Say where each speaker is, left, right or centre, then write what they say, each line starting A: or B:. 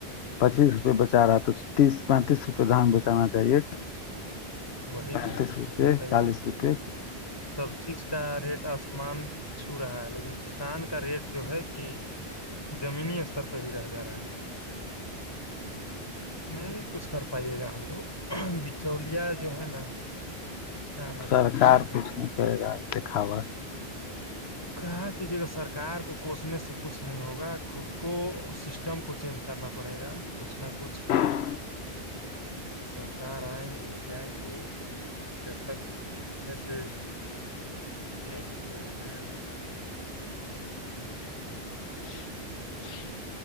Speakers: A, on the left; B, on the left.
A: پچیس روپئے بچا رہا ہے تو تیس پینتیس روپئے دھان بچانا چاہیے ایک
B: وہی
A: پینتیس
B: نا
A: روپیئے
B: بتائیے
A: چالیس روپیے
B: سب چیز کا ریٹ آسمان چھو رہا ہے لیکن کسان کا ریٹ جو ہے کہ زمینی استر پہ ہی رہ جا رہا ہے نہیں کچھ کر پائیے گا ہم لوگ بچولیا جو ہے نا کسان آدمی
A: سرکار
B: کرتا
A: کچھ نہیں کرے گا د ںیخاوا
B: کہاں کی جے گا سرکار کو کوسنے سے کچھ نہیں ہوگا خود کو سسٹم کو چینج کرنا پڑے گا کچھ نہ کچھ
A: ہاں
B: سرکار آئیں گی جائیں گی جب تک ایسے کچھ نہیں کیجیے اگر نیا ن
A: <inaudible>